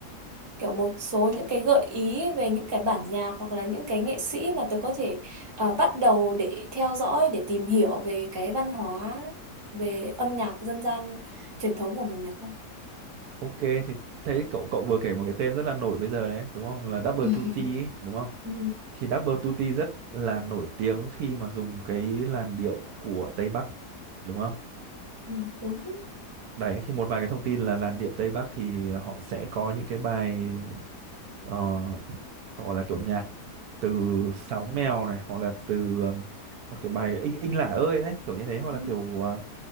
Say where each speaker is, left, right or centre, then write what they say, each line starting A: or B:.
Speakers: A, on the right; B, on the right.
A: kiểu một số những cái gợi ý về những cái bản nhạc hoặc là những cái nghệ sĩ mà tớ có thể ờ, bắt đầu để theo dõi để tìm hiểu về cái văn hóa về âm nhạc dân gian truyền thống của mình được không?
B: ok thì thấy cậu cậu vừa kể một cái tên rất là nổi bây giờ đấy đúng không là Double
A: <laughs>
B: 2T ấy, đúng không
A: Ừ,
B: thì Double Tutti rất là nổi tiếng khi mà dùng cái làn điệu của Tây Bắc đúng không?
A: ừ, đúng.
B: Đấy thì một vài cái thông tin là làn điệu Tây Bắc thì họ sẽ có những cái bài ờ, gọi là kiểu nhạc từ Sáo Mèo này hoặc là từ ờ, hoặc kiểu bài Inh Inh Lả ơi đấy kiểu như thế hoặc
A: Ừ,
B: là kiểu ờ,